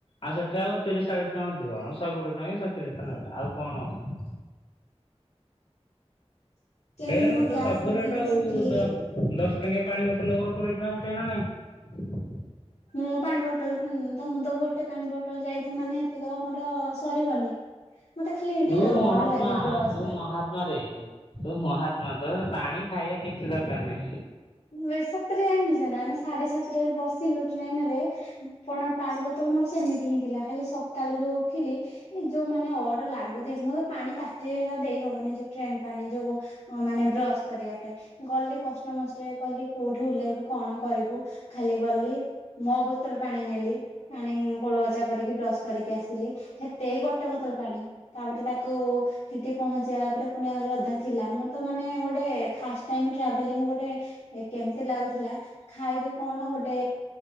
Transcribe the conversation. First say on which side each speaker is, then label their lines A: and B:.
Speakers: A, on the left; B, on the left.
A: ଆଉ ସେଠି ଆଉ ତିରିଶ ଚାଳିଶ ଟଙ୍କା ଅଧିକ ଶହେ କୋଡ଼ିଏ ଟଙ୍କା କି ଶହେ ତିରିଶ ଟଙ୍କା ନେବେ ଆଉ କଣ ଅଧିକ
B: କେମିତି
A: ଟ୍ରେନରେ
B: ମୋ
A: ତ
B: ଗ୍ୟାସ୍
A: ସବୁ
B: ରଖିକି
A: ରେଟ ଆଉ
B: ସେଠି
A: ଦଶ ଟଙ୍କିଆ ପାଣି ବୋଟଲ କର କୋଡ଼ିଏ ଟଙ୍କା ଆସିବ ନା ନାଇଁ
B: ମୁଁ ପାଣି ବୋଟଲ କିଣୁନି ତ ମୁଁ ତ ଗୋଟେ ପାଣି ବୋଟଲ ଯାଇଛି ମାନେ ସେତିକ ମୋର ସରିବନି ମତେ ଖାଲି ଏଠି
A: ତୁ ମହାତ୍ମା
B: ଅଡ ଲାଗେ ବ୍ରସ୍
A: ତୁ
B: କରି
A: ମହାତ୍ମାରେ ତୁ ମହାତ୍ମା ତମେ ପାଣି ଖାଇବା କିଛି ଦରକାର କାର ନାହିଁ।
B: ଭାଇ ସତରେ ଜାଣିଚ ନା ଆମେ ସାଢେ ସାତଟାରେ ବସିଲୁ ଟ୍ରେନରେ ପଣ ପାଣି ବୋତଲ ମୋର ସେମିତି ହିଁ ଥିଲା ଖାଲି ସକାଳୁ ଯୋଉ ଉଠିଲି ଏ ଯୋଉ ମାନେ ଅଡ ଲାଗୁଥାଏ ମୁଁ ତ ପାଣି ପାଟିରେ ହେଇରା ଦେଇ ହବନି ଯୋଉ ଟ୍ରେନ ପାଣି ଯୋଉ ମାନେ ବ୍ରଶ୍ କରିବା ପାଇଁ ଗଲି କଷ୍ଟ ସମସ୍ତେ କହିଲି କୋଉଠି ଓହ୍ଲେଇବୁ କଣ କରିବୁ ଖାଲି ଗଲି ମୋ ବୋତଲ ପାଣି ନେଲି ଆଣିକି କୁଳୁ କୁଛା କରିକି ବ୍ରସ୍ କରିକି ଆସିଲି ସେତେ ହି ଗୋଟେ ବୋତଲ ପାଣି ତାପରେ ତାକୁ ସେଠି ପହଞ୍ଚିଗଲା ପରେ ପୁଣି ଆହୁରି ଅଧା ଥିଲା ମୁଁ ତ ମାନେ ଗୋଟେ ଫାଷ୍ଟ୍ ଟାଇମ୍ ଟ୍ରାଭେଲିଙ୍ଗ ଗୋଟେ ଗୋଟେ କେମିତି ଲାଗୁଥିଲା ଖାଇବି କଣ ଗୋଟେ